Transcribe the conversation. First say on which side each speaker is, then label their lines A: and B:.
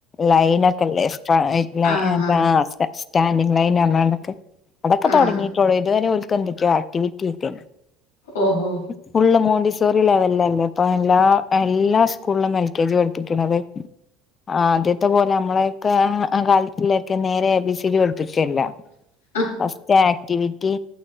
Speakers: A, on the left; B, on the left.
A: ലൈൻ ഒക്കെല്ലേ സ്ട്രയ്റ്റ് ലൈൻ
B: ആഹ്
A: സ്റ്റാൻഡിങ് ലൈൻ അല്ലാണ്ടെക്കെ. അതൊക്കെ തൊടങ്ങിയിട്ടുള്ളൂ
B: ആഹ്
A: ഇതുവെരെ ഇവൽക്കെന്തെക്കെയോ ആക്ടിവിറ്റിയെക്കെയുണ്ട്.
B: ഓഹോ
A: ഫുള്ള് മോണ്ടിസോറി ലെവലല്ലേ അപ്പ എല്ലാ എല്ലാർക്കും സ്കൂളും എൽ കെ ജി പഠിപ്പിക്കണത് ആഹ് ആദ്യത്തെപ്പോലെ നമ്മെളെക്കെ കാലത്തിലെക്കെ നേരെ A B C D പഠിപ്പിക്കയെല്ലാ.
B: <inaudible>
A: First activity